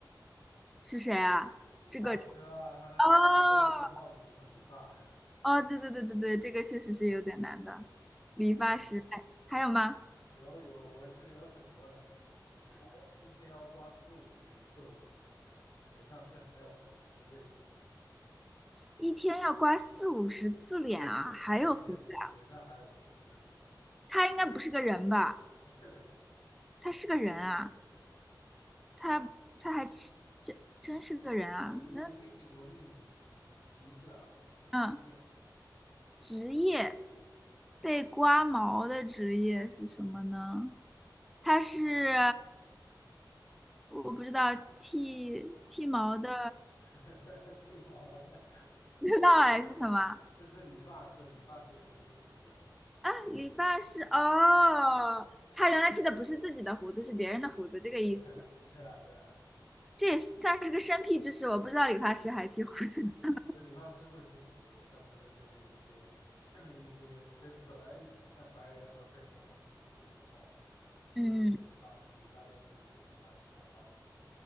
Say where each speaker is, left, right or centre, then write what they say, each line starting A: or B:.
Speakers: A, in the centre; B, on the left.
A: 是谁啊？
B: 理发师啊，
A: 这个，
B: 他他脱脱帽子怎么理发呀？
A: 哦哦，对对对对对，这个确实是有点难的。理发师，
B: 嗯
A: 哎，还有吗？
B: 有有，我这边有很多呢。老王一天要刮四五十次脸，脸上却还有胡子，这是为啥？
A: 一天要刮四五十次脸啊，还有胡子。
B: 啊，他脸脸上还有胡子，为什么？
A: 他应该不是个人吧？
B: 他是个人，
A: 他是个人啊，
B: 对。
A: 他他还是真真是个人啊？
B: 我我我给你我给你一些提示啊，
A: 那嗯，
B: 职业，
A: 职业被刮毛的职业是什么呢？他是我不知道剃剃毛的，
B: 嗯 <laughs> 剃毛的，
A: 不知道哎是什么
B: <laughs> 但是理发师，理发师也会剃胡子，
A: 啊？理发师哦，他原来剃的不是自己的胡子，是别人的胡子，这个意思。
B: 对啊，对啊，对啊，
A: 这也算是个生僻知识，我不知道理发师还剃胡子。<laughs>
B: 那理发师会剃胡子的，像这边北美一些北美一些北本来像白人和黑人，他们胡子就比较茂盛嘛就会有理发师理发店就会给他们拿剃刀刮胡子。
A: 嗯